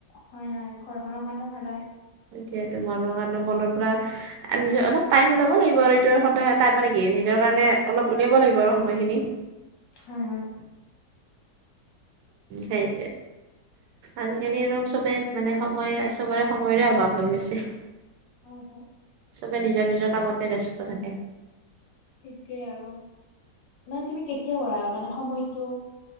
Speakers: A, on the left; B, on the right.
A: হয়, হয় ঘৰখনৰ কাৰণেও ভাল হয়।
B: সেয়টো মনৰ কাৰণে মনৰ পৰা নিজ অলপ টাইম ওলাব লাগিব আৰু এইটো সদায় মানে ঘ নিজৰ কাৰণে অলপ উলিয়াব লাগিব আৰু সময়খিনি।
A: হয়, হয়।
B: এ এ আজিকালি আৰু চবে মানে সময় চবৰে সময়ৰে অভাৱ হৈ গৈছে
A: হয়, হয়।
B: চবে নিজৰ নিজৰ কামতে ব্যস্ত থাকে।
A: সেইটোৱে আৰু মানে তুমি কেতিয়া কৰা মানে সময়টো